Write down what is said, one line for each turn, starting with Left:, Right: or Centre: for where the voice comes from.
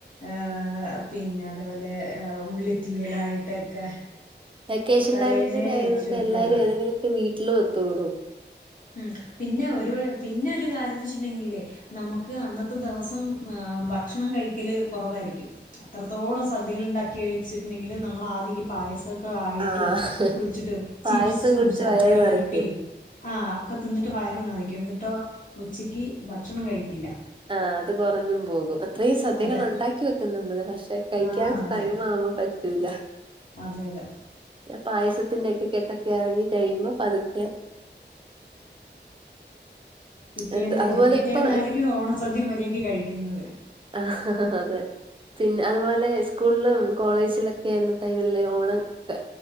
Left: ഏഹ് പിന്നെ അതെപോലെ ഏഹ് ഉള്ളിത്തീയലായിട്ടൊക്കെ
Right: വെക്കേഷൻ
Left: തലേന്നേ
Right: ടൈമ് കൂടെ ആയത്കൊണ്ട്
Left: വെച്ച് വെക്കുവല്ലോ
Right: എല്ലാവരും ഏതെങ്കിലൊക്കെ വീട്ടിലും ഒത്തുകൂടും.
Left: ഉം പിന്നെ ഒരു കാര്യം പിന്നെ ഒരു കാര്യംന്ന് വെച്ച്ട്ട്ണ്ടെങ്കിലേ. നമക്ക് അന്നത്തെ ദവസം ഏഹ്. ഭക്ഷണം കഴിക്കല് കൊറവായിരിക്കും. അത്രത്തോളം സദ്യകള്ണ്ടാക്കി വെച്ചിട്ട്ണ്ടെങ്കിലും നമ്മളാദ്യ ഈ പായസ ക്ക ആയിട്ടും
Right: ആഹ്
Left: കുടിച്ചിട്ടും
Right: പായസം
Left: ചിപ്സും
Right: കുടിച്ച്
Left: ശർക്കര
Right: വയറ് നിറയ്ക്കും
Left: വരട്ടി ആഹ് അക്കെ തിന്നിട്ട് വയറ് നെറക്കും. ന്നിട്ടോ ഉച്ചക്ക് ഭക്ഷണം കഴിക്കില്ല.
Right: ആഹ്. അത് കൊറഞ്ഞും പോകും. ഇത്രീ സദ്യകൾ
Left: അതെ
Right: ഉണ്ടാക്കി വെക്കും നമ്മള്. പക്ഷേ കയിക്കാൻ
Left: ആ അതെ
Right: ടൈമാവുമ്പോ പറ്റൂല.
Left: അതെ അതെ.
Right: പായസത്തിന്റെയൊക്കെ കെട്ടൊക്കെ എറങ്ങി കഴിയുമ്പോ പതുക്കെ.
Left: പിറ്റേന്ന്
Right: എന്ത് അതുപോലെ
Left: വിജെ പിറ്റേന്നായിരിക്കും
Right: ഇപ്പൊ
Left: ഓണസദ്യ മര്യായ്ക്ക് കഴിക്കുന്നത്.
Right: ആഹ്ഹ്ഹ് അതെ. പിന്നെ അത്പോലെ സ്കൂൾലും കോളേജിലൊക്കെയായിരുന്ന ടൈമില് ഓണം, ക്